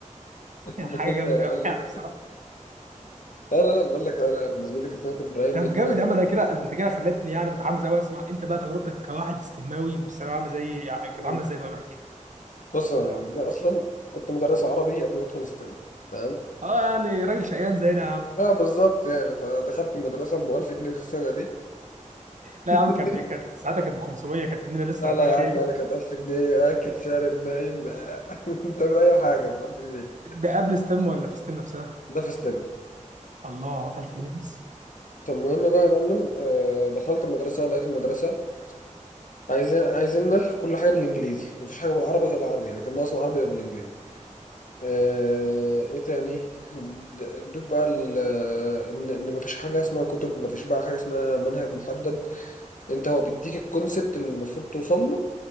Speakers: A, on the right; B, on the left.
A: <laughs>
B: المهم
A: حاجة
B: يا
A: جامدة
B: معلم
A: أوي يعني بصراحة
B: انا بقول لك انا بالنسبه لي كانت سنه ابراهيم
A: طب
B: لان
A: جامد يا عم أنا كده أنت كده خلتني يعني متحمس أوي أسمع أنت بقى تجربتك كواحد استماوي مش ثانوية عامة زي كانت
B: مم.
A: عاملة إزاي طيب احكي
B: بص يا
A: لي
B: معلم
A: بصراحة
B: انا اصلا كنت مدرس عربي قبل ما ادخل ستيم تمام
A: اه يعني راجل شقيان زينا يا عم
B: اه بالظبط يعني فدخلت المدرسه ب 1000 جنيه في السنه دي
A: لا
B: <laughs>
A: يا عم كانت ب- كانت ساعتها كانت ب 500 كانت الدنيا لسه
B: لا لا
A: فاخي
B: يا عم انا كانت 1000 جنيه اكل شارب نايم <laughs> آه، تعمل اي حاجه ب 1000 جنيه
A: ده قبل ستيم ولا في ستيم نفسها؟
B: ده في ستيم
A: الله 1000 جنيه بس
B: فالمهم بقى يا معلم آه، دخلت المدرسة لقيت المدرسة عايزين عايزيننا كل حاجة بالإنجليزي مفيش حاجة بالعربي غير العربي يعني كان ناقص العربي بالإنجليزي آه، إيه تاني د- ادوك بقى ال- إن إن مفيش حاجة اسمها كتب مفيش بقى حاجة اسمها منهج محدد أنت هو بيديك الكونسبت اللي المفروض توصل له